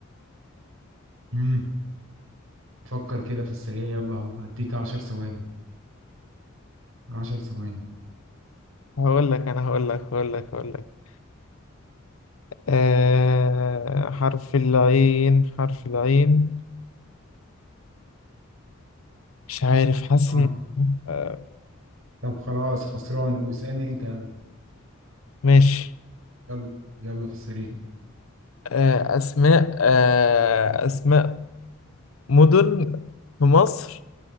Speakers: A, on the right (about 80°); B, on the left (about 80°).
A: امم فكر كده في السريع يلا اهو هديك عشر ثواني عشر ثواني
B: هقول لك انا هقول لك هقول لك هقول لك آه حرف العين حرف العين مش عارف حاسس
A: اه
B: إن- آه
A: طب خلاص خسران واسألني انت يلا
B: ماشي
A: يلا يلا في السريع
B: آه اسماء آه اسماء مدن في مصر